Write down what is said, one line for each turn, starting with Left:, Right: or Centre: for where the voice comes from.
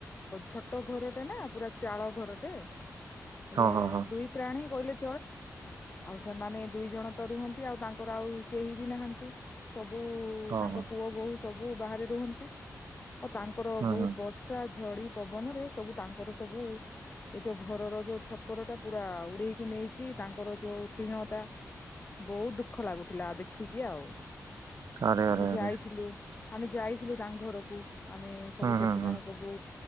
Left: ଛୋଟ ଘରଟେ ନା ପୁରା ଚାଳ ଘରଟେ। ହେଲେ
Right: ହଁ ହଁ ହଁ
Left: ଦୁଇ ପ୍ରାଣୀ କହିଲେ ଳେ ଆଉ ସେମାନେ ଦୁଇ ଜଣ ତ ରୁହନ୍ତି ଆଉ ତାଙ୍କର ଆଉ କେହି ବି ନାହାନ୍ତି ସବୁ ସବୁ
Right: ହଁ
Left: ତାଙ୍କ
Right: ହଁ
Left: ପୁଅ ବୋହୂ ସବୁ ବାହାରେ ରୁହନ୍ତି। ଓ ତାଙ୍କର
Right: ହୁଁ
Left: ବହୁତ
Right: ହୁଁ
Left: ବର୍ଷା ଝଡି ପବନ ରେ ସବୁ ତାଙ୍କର ସବୁ ଏଇ ଯୋଉ ଘରର ଯୋଉ ଛପର ଟା ପୁରା ଉଡେଇକି ନେଇଛି। ତାଙ୍କର ଯୋଉ ଟିଣ ଟା ବହୁତ ଦୁଃଖ ଲାଗୁଥିଲା ଦେଖିକି ଆଉ।
Right: ଆରେ
Left: ଆମେ
Right: ଆରେ
Left: ଯାଇଥିଲୁ
Right: ଆରେ
Left: ଆମେ ଯାଇଥିଲୁ ତାଙ୍କ ଘରକୁ। ଆମେ ସବୁ
Right: ହୁଁ
Left: ଯେତେ
Right: ହୁଁ ହୁଁ
Left: ଜଣ ସବୁ